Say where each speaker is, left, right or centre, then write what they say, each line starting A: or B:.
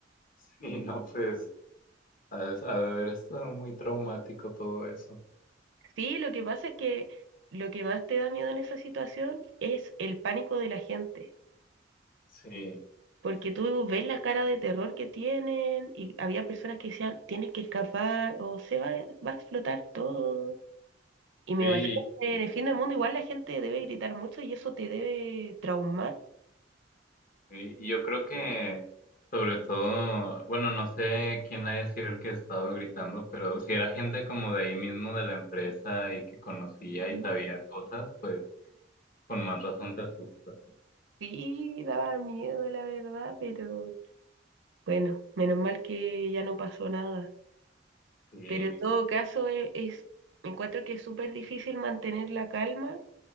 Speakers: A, on the left (about 50°); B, on the right (about 80°).
A: Sí, no, pues. Ha de, ha de haber estado muy traumático todo eso.
B: Sí, lo que pasa es que lo que más te da miedo en esa situación es el pánico de la gente,
A: Sí,
B: porque tú ves la cara de terror que tienen y había personas que decían, tienes que escapar o se va, va a explotar todo. Y me
A: sí.
B: imagino que
A: Y,
B: en el fin del mundo igual la gente debe gritar mucho y eso te debe traumar.
A: y yo creo que, sobre todo, bueno, no sé quién haya sido el que ha estado gritando, pero si era gente como de ahí mismo de la empresa y que conocía
B: Ujú.
A: y sabía cosas, pues con más razón te asusta.
B: Sí, daba miedo, la verdad, pero bueno, menos mal que ya no pasó nada.
A: Sí,
B: Pero en todo
A: y-
B: caso, e- es, encuentro que es súper difícil mantener la calma